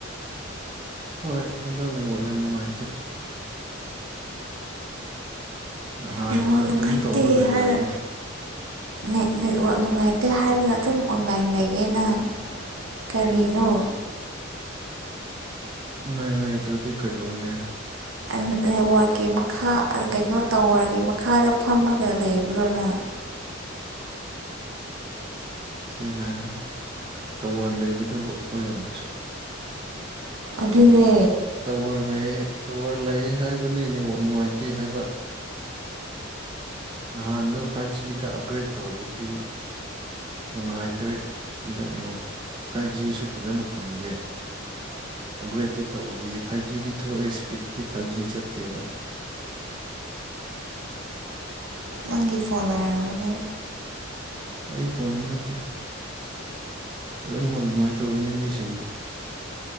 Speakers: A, on the right; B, on the right.
A: ꯍꯣꯏ ꯍꯟꯗꯛ ꯅꯦꯠꯋꯥ꯭ꯔꯛ ꯌꯥꯝ ꯅꯨꯡꯉꯥꯏꯇꯦ ꯅꯍꯥꯟꯅ
B: ꯅꯦꯠꯋꯥꯛ ꯅꯨꯡꯉꯥꯏꯇꯦ
A: ꯑꯗꯨꯝ ꯇꯧꯔ ꯂꯩꯔꯕꯅꯦ
B: ꯍꯥꯏꯔ ꯅꯦꯠ ꯅꯦꯠꯋꯥ꯭ꯔꯛ ꯅꯨꯡꯉꯥꯏꯇꯦ ꯍꯥꯏꯔꯒ ꯑꯗꯨꯝ ꯑꯣꯟꯂꯥ꯭ꯏꯟ ꯂꯩꯌꯦ ꯅꯪ ꯀꯔꯤꯅꯣ
A: ꯑꯣꯟꯂꯥ꯭ꯏꯟ ꯂꯩꯇ꯭ꯔꯗꯤ ꯀꯩꯗꯧꯔꯦ
B: ꯅꯦꯠꯋꯥ꯭ꯔꯛꯀꯤ ꯃꯈꯥ ꯀꯩꯅꯣ ꯇꯥꯋꯔꯒꯤ ꯃꯈꯥꯗ ꯐꯝꯃꯒ ꯂꯩꯕ꯭ꯔꯣ ꯅꯪ
A: <unintelligible> ꯀꯤ ꯍꯥꯏꯔꯦ ꯇꯋꯥꯔ ꯂꯩꯕꯗꯨꯕꯨ ꯑꯩꯈꯣꯏꯔꯣꯝꯗꯁꯨ
B: ꯑꯗꯨꯅꯦ
A: ꯇꯋꯥꯔ ꯂꯩ ꯇꯋꯥꯔ ꯂꯩ ꯍꯥꯏꯕꯅꯤ ꯅꯦꯠꯋꯥ꯭ꯔꯛ ꯅꯨꯡꯉꯥꯏꯇꯦ ꯍꯥꯏꯕ ꯅꯍꯥꯟꯗꯣ ꯐꯥꯏ꯭ꯚ ꯖꯤ ꯗ ꯑꯞꯒ꯭ꯔꯦꯗ ꯇꯧꯔꯨꯕꯒꯤ ꯅꯨꯡꯉꯥꯏꯇ꯭ꯔꯦ ꯍꯟꯗꯛ ꯅꯦꯠꯋꯥ꯭ꯔꯛ ꯐꯥꯏ꯭ꯚ ꯖꯤꯁꯨ ꯐꯖꯅ ꯐꯪꯗꯦ ꯑꯞꯒ꯭ꯔꯦꯗꯇꯤ ꯇꯧꯕꯤ ꯐꯥꯏꯚ ꯖꯤꯗꯤ ꯊꯣꯛꯑꯦ ꯁ꯭ꯄꯤꯠꯇꯤ ꯐꯥꯏꯚ ꯖꯤ ꯆꯠꯇꯦꯕ <unintelligible>
B: ꯅꯪꯒꯤ ꯐꯣꯟ ꯑꯣꯏꯔꯝꯒꯅꯤ
A: ꯑꯩ ꯐꯣꯟꯅ ꯅꯠꯇꯦ ꯂꯣꯏꯅꯃꯛ ꯑꯗꯨꯃꯥꯏꯅ ꯇꯧꯅꯤ ꯃꯤꯁꯤꯡꯒꯤ